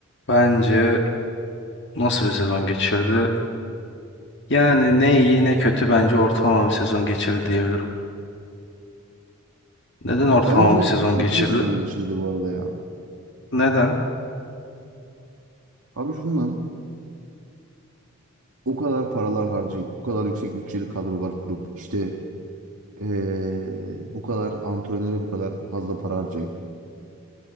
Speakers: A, on the left (about 50°); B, on the right (about 75°).
A: bence nasıl bir sezon geçirdi? Yani ne iyi ne kötü bence ortalama bir sezon geçirdi diyebilirim. Neden ortalama
B: Bence
A: bir sezon
B: kötü
A: geçirdi?
B: bir sezon geçirdi bu arada ya.
A: Neden?
B: Abi şundan o kadar paralar harcayıp, bu kadar yüksek bütçeli kadrolar kurup, işte ee, bu kadar antrenöre bu kadar fazla para harcayıp